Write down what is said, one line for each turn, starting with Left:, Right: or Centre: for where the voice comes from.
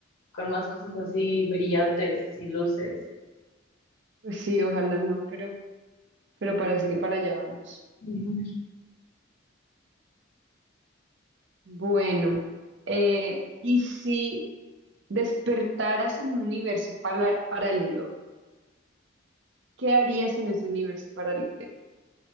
Left: con más cosas así brillantes y luces.
Right: pues sí, ojalá no, pero, pero parece que para allá vamos.
Left: Ujú.
Right: Bueno, eh, ¿y si despertaras en un universo para- paralelo? ¿Qué harías en ese universo paralelo?